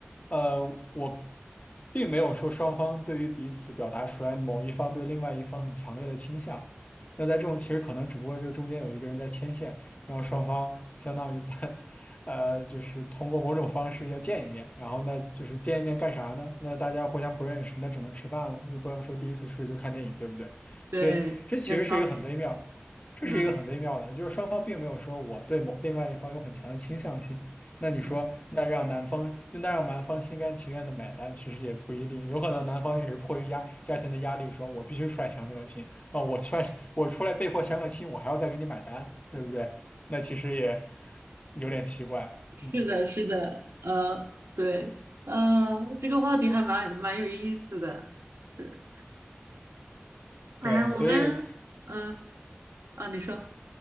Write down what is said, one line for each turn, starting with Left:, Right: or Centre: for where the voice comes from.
Left: 呃，我并没有说双方对于彼此表达出来某一方对另外一方很强烈的倾向。那在这种其实可能只不过就是中间有一个人在牵线，然后双方相当于在，呃，就是通过某种方式要见一面，然后那就是见一面干啥呢？那大家互相不认识，那只能吃饭了，那不能说第一次出去就看电影，对不对？
Right: 对，
Left: 所以这其实是一个很微妙，
Right: 要消费，
Left: 这是一个很微妙的，
Right: 嗯
Left: 就是双方并没有说我对某另外一方有很强的倾向性。那你说，
Right: 嗯，
Left: 那让男方就那让男方心甘情愿的买单，其实也不一定，有可能男方也是迫于压家庭的压力，说我必须出来相这个亲。啊，我出来我出来被迫相个亲，我还要再给你买单，对不对？那其实也有点奇怪，
Right: 是的，
Left: 嗯，
Right: 是的，呃，对，呃，这个话题还蛮蛮有意思的，是。哎呀，
Left: 对，
Right: 我们，
Left: 所以。
Right: 嗯，啊，你说，